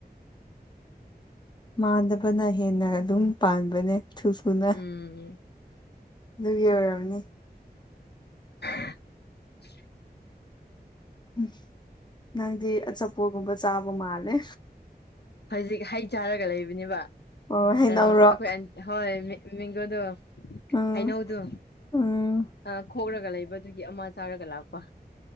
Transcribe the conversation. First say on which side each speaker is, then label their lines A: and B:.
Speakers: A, on the left (about 25°); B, on the left (about 80°).
A: ꯃꯥꯟꯗꯕꯅ ꯍꯦꯟꯅ ꯑꯗꯨꯝ ꯄꯥꯟꯕꯅꯦ ꯊꯨ ꯊꯨꯅ
B: ꯎꯝ
A: ꯑꯗꯨꯒꯤ ꯑꯣꯏꯔꯝꯅꯤ
B: <inaudible>
A: <unintelligible> ꯅꯪꯗꯤ ꯑꯆꯥꯄꯣꯠꯒꯨꯝꯕ ꯆꯥꯕ ꯃꯥꯜꯂꯦ
B: ꯍꯧꯖꯤꯛ ꯍꯩ ꯆꯥꯔꯒ ꯂꯩꯕꯅꯦꯕ
A: ꯑꯣ ꯍꯩꯅꯧꯔꯣ
B: ꯑꯝ ꯑꯩꯈꯣꯏ ꯑꯟ ꯍꯣꯏ ꯃꯦ ꯃꯦꯡꯒꯣꯗꯣ
A: ꯎꯝ
B: ꯍꯩꯅꯧꯗꯨ
A: ꯎꯝ
B: ꯑꯥ ꯈꯣꯛꯔꯒ ꯂꯩꯕ ꯗꯨꯒꯤ ꯑꯃꯥ ꯆꯥꯔꯒ ꯂꯥꯛꯄ